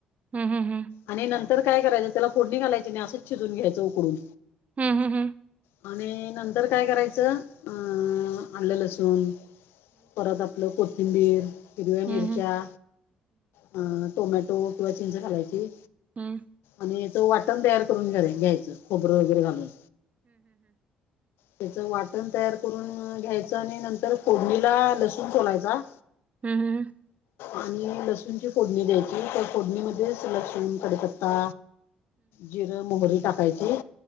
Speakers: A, on the right; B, on the left.
A: हम् हम हम
B: आणि नंतर काय करायचं त्याला फोडणी घालायची नाही असंच शिजवून घ्यायचं उकडून
A: हम् हम हम
B: आणि नंतर काय करायचं अ आलं लसूण परत आपलं कोथिंबीर, हिरव्या मिरच्या,
A: हम्म हम्म हम्म हम्म हम्म हम्म हम्म हम्म
B: अ टोमॅटो किंवा चिंच घालायची.
A: हम्म
B: आणि याच वाटण तयार करून घ घ्यायचं खोबरं वगैरे घालून. त्याचं वाटण तयार करून घ्यायचं आणि नंतर फोडणीला लसूण सोलायचा.
A: हम् हम
B: आणि लसूणची फोडणी द्यायची तर फोडणी मध्येच लसूण, कडीपत्ता, जिरं, मोहरी टाकायची,